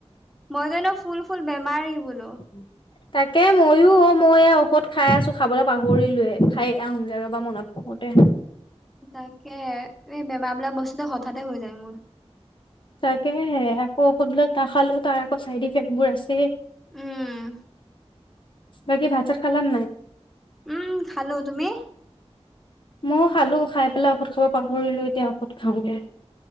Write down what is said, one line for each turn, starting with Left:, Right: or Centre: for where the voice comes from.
Centre: মই জানো ফুল ফুল বেমাৰ বোল
Left: উম তাকে ময়ো অ', মই এই ঔষধ খাই আছো খাবলৈ পাহৰিলো খাই আহোংগে ৰবা মনত পৰোতে
Centre: তাকেহে এই বেমাৰ বোলা বস্তুটো হঠাতে হৈ যায় মোৰ।
Left: তাকেহে আকৌ ঔষধ বিলাক নাখালেও তাৰ আকৌ চাইড ইফেক্ট বোৰ আছে।
Centre: উম।
Left: বাকী ভাত চাত খালা নে নাই?
Centre: উম, খালো তুমি?
Left: ময়ো খালো খাই পেলাই ঔষধ খাব পাহৰিলো এতিয়া ঔষধ খাওগে।